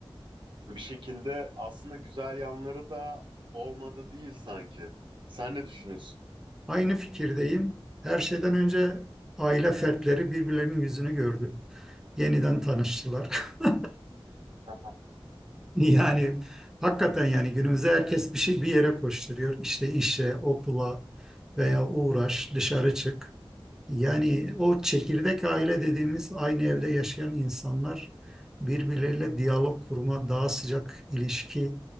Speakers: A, on the right; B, in the centre.
A: Bir şekilde aslında güzel yanları da olmadı değil sanki. Sen ne düşünüyorsun?
B: Aynı fikirdeyim. Her şeyden önce aile fertleri birbirlerinin yüzünü gördü. Yeniden tanıştılar. <laughs>
A: <laughs>
B: Yani hakikaten yani günümüzde herkes bir şey bir yere koşturuyor. İşte işe, okula veya uğraş, dışarı çık. Yani o çekirdek aile dediğimiz aynı evde yaşayan insanlar birbirleriyle diyalog kurma, daha sıcak ilişki.